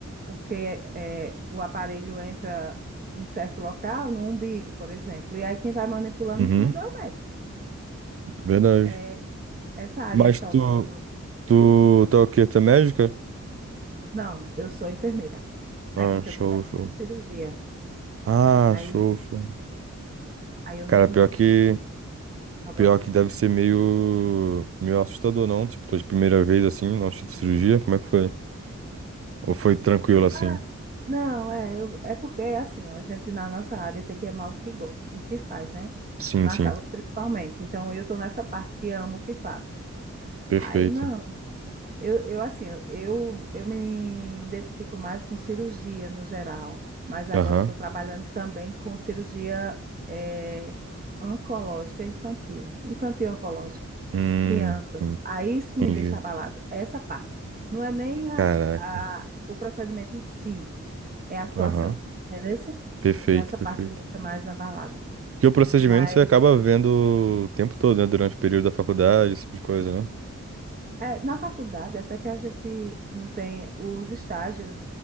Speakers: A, on the right; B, on the right.
A: porque é, o aparelho entra em certo local, no umbigo, por exemplo, e aí quem vai manipulando
B: Uhum.
A: tudo é o médico.
B: Verdade.
A: É, essa área
B: Mas
A: é top.
B: tu,
A: Eu,
B: tu, tu é o quê? Tu é médica?
A: não, eu sou enfermeira. Aí
B: Ah,
A: porque
B: show,
A: eu trabalho
B: show.
A: com cirurgia.
B: Ah,
A: Aí,
B: show, show.
A: aí eu
B: Cara,
A: vejo
B: pior
A: muito,
B: que,
A: sim, robótica.
B: pior que deve ser meio, meio assustador, não? Tipo, tua primeira vez assim, na de cirurgia, como é que foi? Ou foi tranquilo assim?
A: Ah, não, é, eu, é porque é assim, a gente na nossa área tem que amar o que, go- o que faz, né?
B: Sim,
A: Na
B: sim.
A: saúde principalmente. Então eu tô nessa parte que amo o que faço.
B: Perfeito.
A: Aí não, eu, eu assim, eu, eu eu me identifico mais com cirurgia no geral, mas agora
B: Aham.
A: eu estou trabalhando também com cirurgia eh, oncológica infantil, infantil oncológica,
B: Hum,
A: crianças.
B: sim,
A: Aí isso me
B: entendi.
A: deixa abalada, essa parte. Não é nem a,
B: Caraca.
A: a- o procedimento em si. É a situação,
B: Aham.
A: entendeu?
B: Perfeito,
A: Nessa
B: perfeito.
A: parte me deixa mais abalada.
B: Porque o procedimento
A: Mas
B: você acaba vendo o tempo todo, né? Durante o período da faculdade, esse tipo de coisa, né?
A: é, na faculdade, até que a gente não tem os estágios,